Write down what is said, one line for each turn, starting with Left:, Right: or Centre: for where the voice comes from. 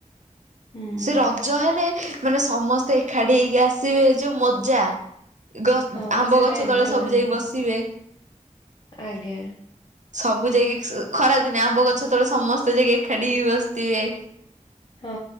Left: ହୁଁ।
Right: ସେ ରଜ ହେଲେ ମାନେ ସମସ୍ତେ ଏକାଠି ହେଇକି ଆସିବେ ଯୋଉ ମଜା। ଗ
Left: ହଁ
Right: ଆମ୍ବ
Left: ସେଟା
Right: ଗଛ
Left: ଏବେ
Right: ତଳେ ସବୁ
Left: ନାହିଁ
Right: ଯାଇ ବସିବେ।
Left: ଆଜ୍ଞା।
Right: ସବୁ ଯାଇକି ସି ଇ ଖରାଦିନେ ଆମ୍ବଗଛ ତଳେ ସମସ୍ତେ ଯାଇକି ଏକାଠି ହେଇକି ବସଥିବେ।
Left: ହଁ